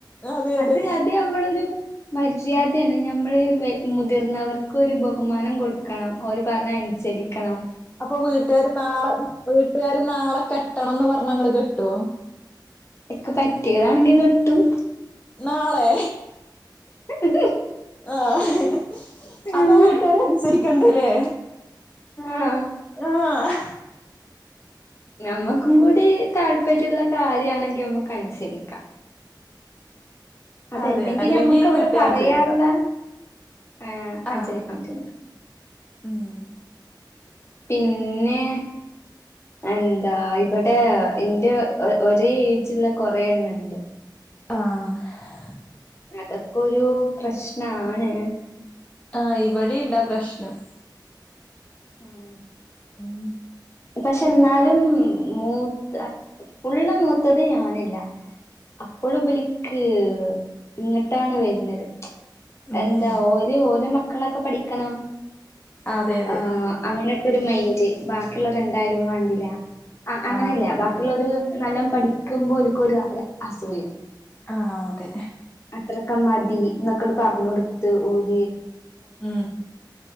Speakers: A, on the left (about 20°); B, on the left (about 35°).
A: അതെ
B: അത്
A: അതെ
B: അതമ്മളൊരു മര്യാദേണ് ഞമ്മള് വ മുതിർന്നവർക്കൊരു ബഹുമാനം കൊടുക്കണം. ഓര് പർഞ്ഞെ അൻസരിക്കണം.
A: അപ്പൊ വീട്ടാര് നാളെ വീട്ടാര് നാളെ കെട്ടണംന്ന് പറഞ്ഞ ഇങ്ങള് കെട്ടോ?
B: ഇക്ക് പറ്റ്യതാണെങ്കി കെട്ടും.
A: നാളെ.
B: <unintelligible>
A: ആഹ്
B: ആഹ്
A: അപ്പൊ വീട്ടാരെ അൻസരിക്കണ്ടലേ?
B: ആഹ്
A: ആഹ്
B: നമ്മക്കും കൂടി താല്പര്യള്ള കാര്യാണെങ്കി നമക്ക് അൻസരിക്ക. അതല്ലെങ്കി
A: അതെ അല്ലെങ്കി
B: നമ്മക്ക് അവിടെ
A: വീട്ടുകാര്
B: പറയാള്ള
A: അനുസരിക്കണ്ട
B: ആഹ് അൻസരിക്കാൻ
A: ആ
B: പറ്റൂല.
A: ഉം
B: പിന്നെ? എന്താ ഇവ്ടെ ഇന്റെ ഒരേ ഏജ്ള്ള കൊറെേണ്ണംണ്ട്.
A: ആഹ്
B: അതൊക്കെ ഒരു പ്രശ്നാണ്
A: ആ ഇവിടെണ്ടാ പ്രശ്നം
B: ഉം
A: ഉം
B: പക്ഷെ എന്നാലും മൂത്ത ഫുള്ള് മൂത്തത് ഞാനല്ല അപ്പോൾ ബിലിക്ക് ഇങ്ങോട്ടാണ് വരുന്നത്
A: ഉം
B: എന്താ
A: ഉം
B: ഓര് ഓലോ മക്കളൊക്കെ പഠിക്കണം
A: അതെ അതെ
B: ആ
A: ഉം
B: അങ്ങനെ തൊരുമൈന്റ് ബാക്കിയുള്ളവരെ എന്തായാലും വണ്ടില്ല അങ്ങനെല്ല
A: ആ അത് ശരിയാ
B: ബാക്കിയുള്ളരു നല്ല പഠിക്കുമ്പോ ഒര്ക്കൊരു ഒര് അസൂയ
A: ആ അതെ
B: അത്രക്കെ മതി എന്നൊക്കെണ് പറഞ്ഞ് കൊടുത്ത് ഓലി
A: ഉം